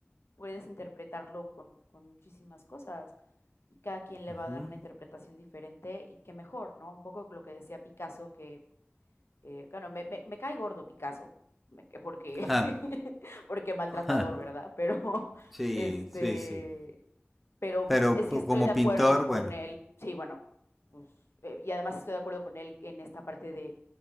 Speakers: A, on the left; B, in the centre.
A: puedes interpretarlo con, con muchísimas cosas y cada quien le
B: Ujú.
A: va a dar una interpretación diferente y qué mejor, ¿no? Un poco lo que decía Picasso, que eh, bueno, me, me, me cae gordo Picasso, me- porque,
B: Ja,
A: <laughs> porque maltratador,
B: ja.
A: ¿verdad? Pero, <laughs>
B: Sí,
A: este,
B: sí, sí.
A: pero m-
B: Pero
A: eh, sí
B: pu-
A: estoy
B: como
A: de acuerdo
B: pintor,
A: con
B: bueno,
A: él, sí, bueno, pues, eh, y además estoy de acuerdo con él en esta parte de